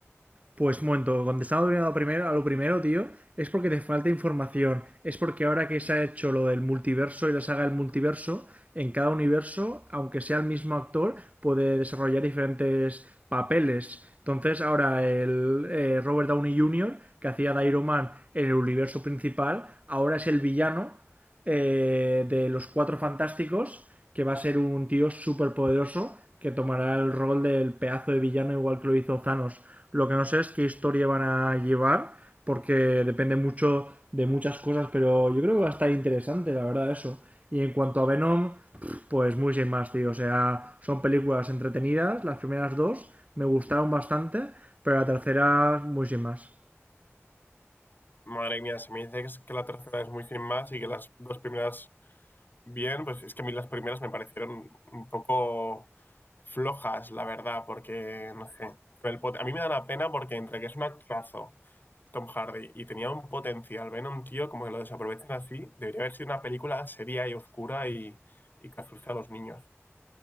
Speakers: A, on the right (about 30°); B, on the left (about 40°).
A: Pues un momento, contestando a lo primero, a lo primero, tío, es porque te falta información. Es porque ahora que se ha hecho lo del multiverso y la saga del multiverso, en cada universo, aunque sea el mismo actor, puede desarrollar diferentes papeles. Entonces, ahora el eh, Robert Downey Jr., que hacía de Iron Man en el universo principal, ahora es el villano eh, de los cuatro fantásticos, que va a ser un tío súper poderoso que tomará el rol del pedazo de villano igual que lo hizo Thanos. Lo que no sé es qué historia van a llevar, porque depende mucho de muchas cosas, pero yo creo que va a estar interesante, la verdad, eso. Y en cuanto a Venom, pues muy sin más, tío. O sea, son películas entretenidas, las primeras dos me gustaron bastante, pero la tercera muy sin más.
B: Madre mía, se me dice que es- que la tercera es muy sin más y que las dos primeras Bien, pues es que a mí las primeras me parecieron un poco flojas, la verdad, porque, no sé, con el pot- a mí me da la pena porque entre que es un actorazo Tom Hardy y tenía un potencial, ven a un tío como que lo desaprovechan así, debería haber sido una película seria y oscura y, y que asusta a los niños.